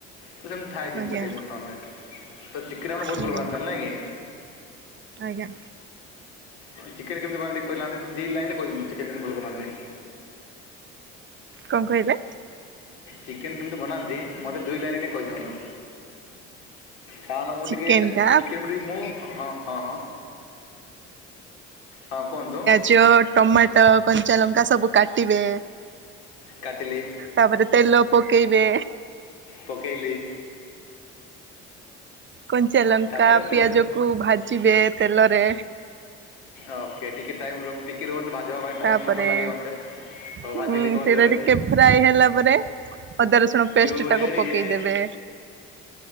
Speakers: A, on the left; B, on the right.
A: ତ ସେମିତି ଥାଏ ଜିନିଷ
B: ଆଜ୍ଞା
A: ଟିକେ ମଟନଟା ତ ଚି <unintelligible> ବୋହୁତ
B: ଆଜ୍ଞା
A: ଭଲ ପକାନ୍ତି ତାହାଲେ ନା କି।
B: ଆଜ୍ଞା।
A: ହଁ ଚିକେନ୍ କେମିତି ବନାନ୍ତି ଟିକେ କହିନାହାନ୍ତି ଦି ଲାଇନରେ କହିଦିଅନ୍ତୁ ଚିକେନ କେମିତି ଭଲ ବନାନ୍ତି।
B: କଣ କହିଲେ?
A: ଚିକେନ୍ କେମିତି ବନାନ୍ତି ମତେ ଦୁଇ ଲାଇନରେ ଟିକେ କହିଦିଅନ୍ତୁ। କାରଣ ମୁଁ
B: ଚିକେନ
A: ଟିକିଏ ଚେ
B: ଟା
A: ଚିକେନ ମୁଁ ଟିକେ ମୁଁ ହଁ ହଁ ହଁ। ହଁ କୁହନ୍ତୁ।
B: ଚ ଟମାଟ କଞ୍ଚା ଲଙ୍କା ସବୁ କାଟିବେ
A: କଟିଲି।
B: ତାପରେ ତେଲ ପକେଇବେ।
A: ପକେଇଲି।
B: କଞ୍ଚା ଲଙ୍କା
A: ତାପରେ ତେଲ
B: ପିଆଜକୁ ଭାଜିବେ ତେଲରେ
A: ଓକେ ଟିକିଏ ଟାଇମ୍ ଟିକି ରୁହନ୍ତୁ ଭାଜିବା ପାଇଁ ଟାଇମ୍
B: ତାପରେ
A: ସମୟ ଲାଗେ ମତେ ହୋଉ
B: ହୁଁ
A: ଭାଜିଲି କୁହନ୍ତୁ
B: ସେଇଟା
A: ଏବେ।
B: ଟିକେ ଫ୍ରାଏ ହେଲା ପରେ ଅଦା ରସୁଣ ପେଷ୍ଟେଟାକୁ
A: ଯେଉଁ ରେଡ୍ ହେଇଯାଏ
B: ପକେଇଦବେ।